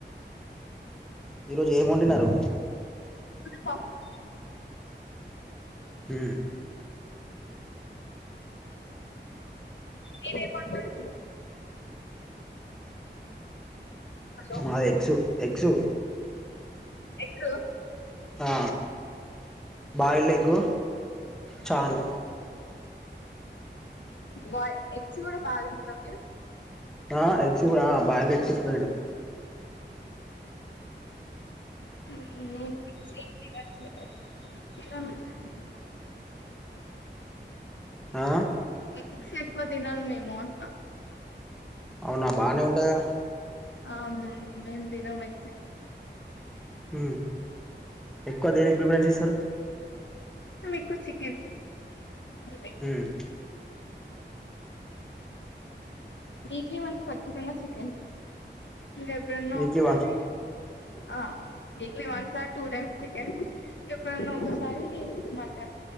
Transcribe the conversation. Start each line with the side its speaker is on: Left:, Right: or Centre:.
Centre: ఈరోజు ఏం వండిన్నారు
Left: పప్పు
Centre: హ్మ్
Left: మీరేమ్ వండ్నార్ హలో
Centre: మాఎగ్సు ఎగ్సు
Left: ఎగ్గ్
Centre: ఆ బాయిల్డ్ ఎగ్గు చారు
Left: బా ఎగ్స్ గూడా బాగాతింట్రా మీరు
Centre: ఆ ఎగ్గ్సు గూడా బాయిల్డ్ ఎగ్గ్స్ ఎక్కువ తింటం
Left: <unintelligible> అట్లే ఏ <unintelligible>
Centre: ఆ
Left: ఎగ్గ్స్ ఎక్కువ తినమ్ మేము అన్ట్నా
Centre: అవునా బానే ఉంటాయే
Left: ఆ మేమ్ తినమెగ్స్
Centre: హ్మ్ ఎక్కువ దేనికి ప్రిఫరెన్స్ ఇస్తరు
Left: మేమ్ ఎక్కువ చికెన్ అంతే
Centre: హ్మ్
Left: వీక్లీ వన్స్ ఖచ్చితంగా చికెన్ ఎప్పుడన్నా
Centre: వీక్లీ
Left: ఒకసారి
Centre: వన్స్
Left: ఆ weekly once or two times chicken ఎప్పుడన్నా ఒకసారి మటన్